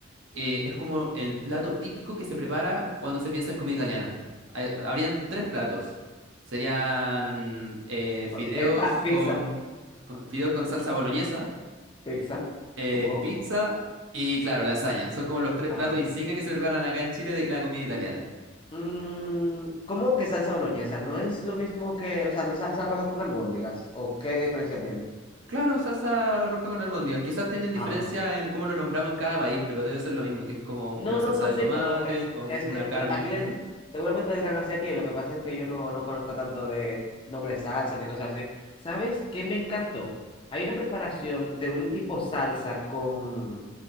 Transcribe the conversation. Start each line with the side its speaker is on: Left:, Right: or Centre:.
Right: eh, es como el plato típico que se prepara cuando se piensa en comida italiana. Hay- habrían tres platos. Serían eh,
Left: Pa-
Right: fideos
Left: eh, pa- pizza,
Right: con, con- fideos con salsa boloñesa
Left: pizza,
Right: eh,
Left: supongo.
Right: pizza y, claro, lasaña. Son como los tres
Left: Ah,
Right: platos insignia que se preparan acá en Chile de la comida italiana.
Left: Mm, ¿cómo que salsa boloñesa? ¿No es lo mismo que, o sea, no es salsa roja con albóndigas? ¿O qué diferencia tiene?
Right: Claro, salsa roja con albóndigas. Quizás tienen diferencia
Left: Ah,
Right: en cómo lo nombramos en cada país, pero debe ser lo mismo, que es como una
Left: No,
Right: salsa
Left: no, no,
Right: de
Left: sí,
Right: tomate
Left: pero es,
Right: con
Left: es
Right: una
Left: que
Right: carne.
Left: la- aquí le,
Right: ¿Mm?
Left: seguramente le dirán así aquí, lo que pasa es que yo no, no conozco tanto de nombres salsas y cosas así. ¿Sabes qué me encantó? Hay una preparación de un tipo salsa con,